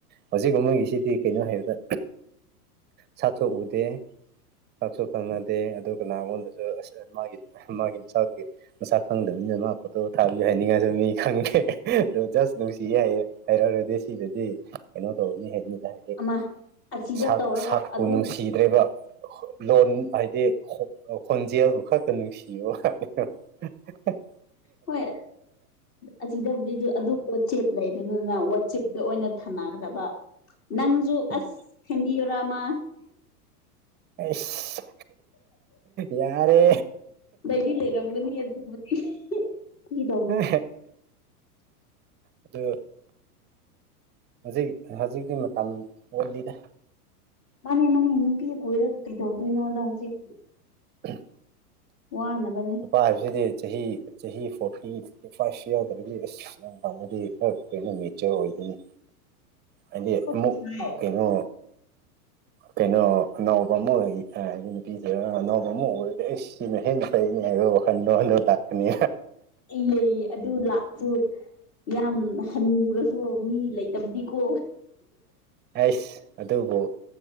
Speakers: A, on the right (about 20°); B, on the left (about 30°).
A: ꯍꯧꯖꯤꯛ ꯑꯃꯒꯤꯒꯤꯁꯤꯗꯤ ꯀꯩꯅꯣ ꯍꯥꯏꯕꯗ ꯁꯛꯁꯨꯣꯛ ꯎꯗꯦ ꯀꯛꯁꯨ ꯈꯪꯅꯗꯦ ꯑꯗꯨꯒ ꯅꯉꯣꯟꯗꯁꯨ ꯑ ꯃꯥꯒꯤ ꯃꯥꯒꯤ ꯃꯁꯥꯒꯤ ꯃꯁꯥ ꯈꯪꯗꯕꯅꯤꯅ ꯃꯥ ꯐꯣꯇꯣ ꯊꯥꯕꯤꯌꯨ ꯍꯥꯏꯅꯤꯡꯉꯥꯏꯁꯨ ꯃꯤ ꯈꯪꯉ ꯑ ꯖꯁ ꯅꯨꯡꯁꯤꯒꯦ ꯍꯥꯏꯩꯔꯛꯔꯗꯤ ꯁꯤꯗꯨꯗꯤ ꯀꯩꯅꯣ ꯇꯧꯕ ꯃꯤ ꯍꯥꯏꯩꯅꯤꯗ ꯍꯥꯏꯗꯤ
B: ꯑꯃ ꯑꯁꯤꯗ
A: ꯁꯥꯛ
B: ꯇꯧꯔꯒ
A: ꯁꯥꯛꯄꯨ
B: ꯑꯗꯨ
A: ꯅꯨꯡꯁꯤꯗ꯭ꯔꯦꯕ ꯂꯣꯟ ꯍꯥꯏꯗꯤ ꯈꯣꯟꯖꯦꯜꯕꯨ ꯈꯛꯇ ꯅꯨꯡꯁꯤꯕꯅꯤ <unintelligible>
B: ꯍꯣꯏ ꯑꯁꯤꯗꯕꯨꯗꯤ ꯑꯗꯨ ꯑꯗꯨ ꯋꯥꯆꯦꯞ ꯂꯩ ꯑꯗꯨꯅꯤꯅ ꯋꯥꯆꯦꯞꯇ ꯑꯣꯏꯅ ꯊꯝꯅꯒꯗꯕ ꯅꯪꯖꯨ
A: ꯎꯝ
B: ꯑꯁ ꯍꯗꯤ ꯌꯔꯃ
A: ꯑꯁ ꯌꯥꯔꯦ
B: ꯂꯩꯗꯤ ꯂꯩꯔꯝꯒꯅꯤ ꯑꯗꯨꯕꯨꯗꯤ ꯐꯒꯤ ꯇꯧꯕꯅꯤ
A: ꯍ ꯑꯗꯨꯗ ꯍꯧꯖꯤꯛ ꯍꯧꯖꯤꯛꯇꯤ ꯃꯇꯝ ꯎꯂꯤꯗ
B: ꯃꯥꯅꯦ ꯃꯥꯅꯦ ꯅꯨꯄꯤ ꯀꯣꯏꯔꯒ ꯀꯩꯗꯧꯗꯣꯏꯅꯣꯗ ꯍꯧꯖꯤꯛ
A: ꯎ
B: ꯋꯥꯅꯕꯅꯦ
A: ꯅꯨꯄꯥ ꯍꯥꯏꯕꯁꯤꯗꯤ ꯆꯍꯤ ꯆꯍꯤ ꯐꯣꯔꯇꯤ ꯊꯣꯔꯇꯤ ꯐꯥꯏꯚꯁꯨ ꯌꯥꯎꯗ꯭ꯔꯗꯤ ꯑꯁ ꯌꯥꯝ ꯐꯪꯉꯗꯤ ꯈꯔ ꯑꯩꯈꯅ ꯃꯦꯆꯔ ꯑꯣꯏꯗꯣꯏꯅꯤ ꯍꯥꯏꯗꯤ
B: ꯐꯣꯔꯇꯤ
A: ꯑꯃꯨꯛ
B: ꯐꯥꯏꯚ
A: ꯀꯩꯅꯣ ꯀꯩꯅꯣ ꯑꯅꯥꯎꯕ ꯑꯃ ꯑꯣꯏ ꯍꯥꯏꯗꯤ ꯅꯨꯄꯤꯁꯤꯗ ꯑꯅꯥꯎꯕ ꯑꯃ ꯑꯣꯏꯔꯗꯤ ꯑꯩ ꯁꯤꯅ ꯍꯦꯟꯅ ꯅꯤ ꯍꯥꯏ ꯈꯟꯗ ꯍꯅꯣ ꯇꯥꯛ ꯈꯅꯤ
B: ꯏ ꯂꯩ ꯑꯗꯨ ꯂ ꯑꯗꯨ ꯌꯥꯝ ꯍꯟꯉꯨꯔꯁꯨ ꯃꯤ ꯂꯩꯇꯕꯗꯤꯀꯣ
A: ꯑꯩꯁ ꯑꯗꯨꯕꯨ